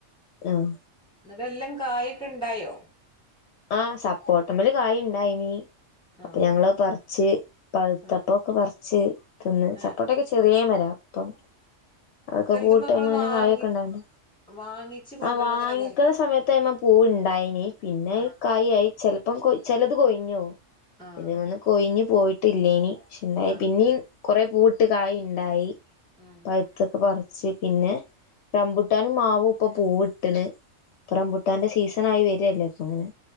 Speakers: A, on the left (about 65°); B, in the centre.
A: ആഹ്
B: എന്നിട്ടെല്ലം കായിക്കെണ്ടായോ
A: ആ സപ്പോട്ടമ്മല് കായിണ്ടായിനി അപ്പൊ
B: ആഹ്
A: ഞങ്ങള് അഅ് പർച്ച് പഴുത്തപ്പൊക്കെ
B: ആഹ്
A: പർ ച് തിന്ന്
B: ഏഹ്
A: സപ്പോട്ടൊക്കെ ചെറിയ മര അപ്പം അതൊക്കെ
B: ചെലതുമ്മെ
A: പൂവ്ട്ടേമ്മെന്നെ
B: നമ്മള് വാങ്ങി
A: കായൊക്കെ ഇണ്ടാവണ്ടേ
B: വാങ്ങിച്ച് കൊണ്ടരുമ്പോ
A: ആ വാങ്ങിക്ക്ണ
B: തന്നെ കായ്
A: സമയത്തയ്‌മെ പൂവ് ഇണ്ടായിനി പിന്നെ
B: ആഹ്
A: ചെൽപ്പം കൊയ് ചെൽത് കൊയിഞ്ഞോവും
B: ആഹ്
A: ഇത് വന്ന് കൊയിഞ് പോയി ട്ടില്ലീനി പക്ഷെണ്ടായി
B: ആഹ്
A: പിന്നിം കൊറേ പൂവ്ട്ട് കായിണ്ടായി
B: ഉം
A: പഴുത്തൊക്കെ പറി ച് പിന്നെ റംമ്പൂട്ടാനും മാവും ഇപ്പൊ പൂവ്ട്ട്ണ് പ്പ റംമ്പൂട്ടാന്റെ സീസണായി വെ രല്ലേ അപ്പൊങ്ങനെ